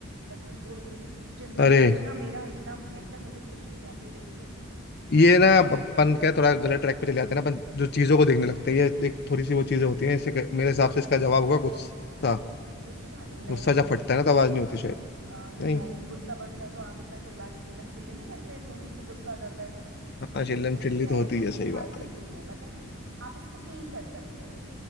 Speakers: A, on the right; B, on the left.
A: बस तुम थोड़ी सी जि- चिंता में
B: अरे
A: होते हो ना मेरा इतना भयंकर मुझे खुशी हो जाती है देख के कि चलो
B: ये ना अप- अपन क्या थोड़ा गलत ट्रैक पे चले जाते हैं ना अपन जो चीजों को देखने लगते हैं ये एक थोड़ी सी वो चीजें होती हैं इससे क- मेरे हिसाब से इसका जवाब होगा गुस्सा
A: गुस्सा नहीं
B: गुस्सा जब
A: नहीं
B: फटता है ना तो आवाज नहीं होती शायद
A: आ, नहीं
B: नहीं
A: गुस्सा बढ़ता है तो आप इतना चिल्लान चिल्लम चिल्ली नहीं करते तुमको गुस्सा आ जाता है तो
B: हाँ चिल्लम
A: ये चीज
B: चिल्ली
A: है
B: तो होती
A: जो
B: है
A: दिखाई
B: सही बात
A: देती है मतलब आप इसको फील कर सकते हो